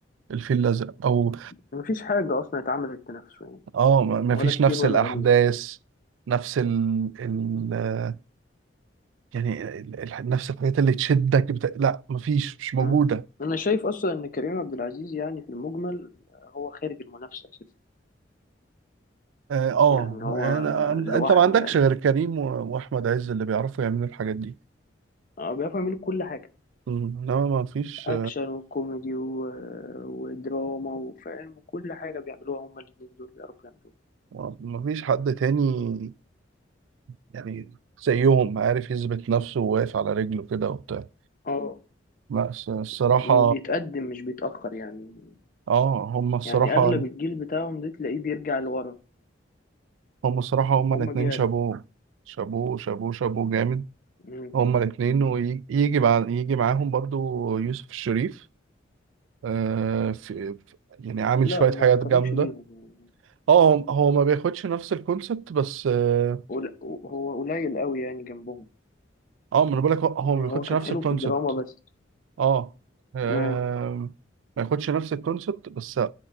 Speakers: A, on the right (about 85°); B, on the left (about 45°).
A: الفيل الازرق او
B: مفيش حاجة أصلا اتعملت تنافسه يعني
A: اه ما ما
B: ولا
A: فيش
B: كتير
A: نفس
B: ولا
A: الاحداث
B: قليل
A: نفس ال... ال... آه، يعني ال... ال- نفس الحاجات اللي تشدك بتا... لا ما فيش مش موجوده
B: أمم. أنا شايف أصلا إن كريم عبد العزيز يعني في المجمل آه، هو خارج المنافسة أساسا
A: اه آه،
B: يعني هو
A: أنا... أن-
B: لوحده
A: انت ما عندكش
B: يعني
A: غير كريم و... واحمد عز اللي بيعرفوا يعملوا الحاجات دي
B: اه بيعرف يعمل كل حاجة
A: مم. انما ما فيش
B: اكشن وكوميدي و... ودراما وفاهم وكل حاجه بيعملوها هما الاتنين دول بيعرفوا يعملوها
A: آه، ما فيش حد تاني يعني زيهم عارف يثبت نفسه وواقف على رجله كده وبتاع
B: اه
A: لا الص- الصراحة
B: وبيتقدم مش بيتاخر يعني
A: اه هم الصراحة
B: يعني اغلب الجيل بتاعهم ده تلاقيه بيرجع لورا
A: هم الصراحة هم
B: هما
A: الاتنين
B: بيعلوا
A: شابوه شابوه شابوه شابوه جامد
B: مم.
A: هم الاتنين ويجي بعد يجي معاهم برضو يوسف الشريف آه في في- يعني عامل
B: لا
A: شوية
B: ما
A: حاجات
B: يتقارنش
A: جامدة
B: بيهم يعني
A: اه هو هو ما بياخدش نفس الكونسبت بس اه
B: قل- هو قليل قوي يعني جنبهم
A: آه، ما انا بقولك هو هو
B: يعني
A: ما بياخدش
B: هو كان
A: نفس
B: حلو
A: الكونسبت
B: في الدراما بس
A: اه آه،
B: مم.
A: ما ياخدش نفس الكونسبت بس